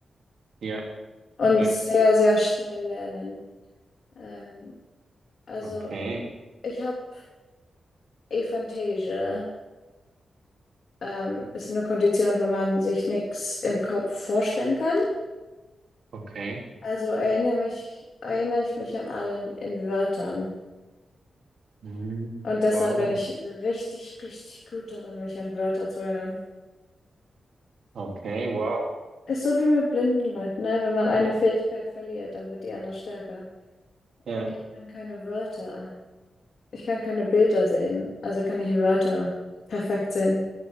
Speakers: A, on the right; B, on the left.
A: Ja,
B: und
A: ja.
B: sehr, sehr schnell lernen. Ähm, Also,
A: Okay,
B: ich habe Aphantasia. Ähm, ist eine Kondition, wo man sich nichts im Kopf vorstellen kann.
A: okay.
B: Also erinnere mich, erinnere ich mich an allen in Wörtern.
A: Mhm.
B: Und deshalb
A: Wow.
B: bin ich richtig, richtig gut darin, mich an Wörter zu erinnern.
A: Okay, wow.
B: Ist so wie mit blinden Leuten, ne? Wenn man eine Fähigkeit verliert, dann wird die andere stärker.
A: Ja,
B: Ich kann keine Wörter, ich kann keine Bilder sehen, also kann ich Wörter perfekt sehen,